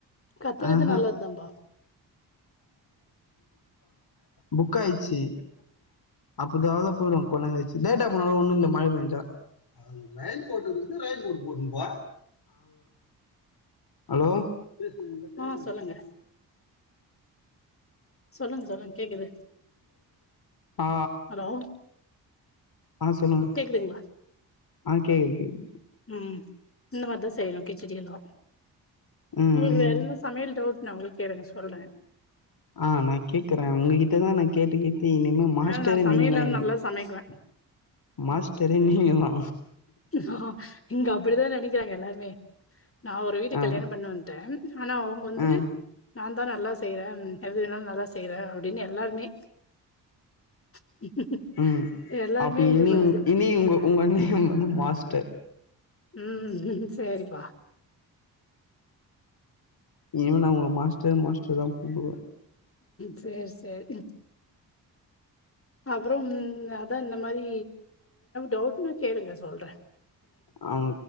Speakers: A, on the left; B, on the left.
A: கத்துக்கறது
B: ஆஹ
A: நல்லதுதாம்பா
B: புக் ஆயிச்சு அப்பதலாலே போய்டுவ கொஞ்சநேரம் கழிச்சு லேட்டா போனாலு ஒன்னு இல்ல மழ பெஞ்சா ரெயின் கோட் இருக்கு ரெயின் கோட் போட்டுனு போ ஹலோ <unintelligible>
A: ஆ சொல்லுங்க சொல்லுங் சொல்லுங் கேக்குது
B: ஆ
A: ஹலோ
B: ஆ சொல்லுங்க
A: கேக்குதுங்களா
B: ஆ கேக்குது கேக்குது
A: ம் இந்த மாரிதா செய்யணு கிச்சடி எல்லா
B: ம்
A: உங்களுக்கு வேறந்த
B: ம்
A: சமையல் டவுட்னாவு கேளுங்க சொல்ற
B: ஆ நா கேக்குறே உங்ககிட்டதா நா கேட்டு கேட்டு இனிமே மாஸ்டரே
A: ஏன்னா நா சமையல்லா
B: நீங்க தா எனக்கு
A: நல்லா சமைக்குவே
B: மாஸ்டரே நீங்க தா
A: ஆ இங்க அப்படிதா நினைக்கிறாங்க எல்லாருமே நா ஒரு வீட்டுக்கு
B: ஆ
A: கல்யாணம் பண்ண வந்ட்டேன் ஆனா அவங்க வந்து
B: ஆ
A: நான்தா நல்லா செய்யற எதுவேணாலு நல்லா செய்யுற அப்டின்னு எல்லாருமே <inaudible>
B: ம்
A: எல்லாருமே
B: அப்ப
A: இது
B: இனி
A: பண்ணுது.
B: இனி உங்க உங்க நேம் வந்து மாஸ்டர்
A: ம் சேரிப்பா
B: இனி நா உங்கள மாஸ்டர் மாஸ்டர்னு தா கூப்பிடுவ
A: சேரி சேரி அப்புறம் அதா இந்த மாரி டவுட்ன்னா கேளுங்க சொல்ற
B: அஹ்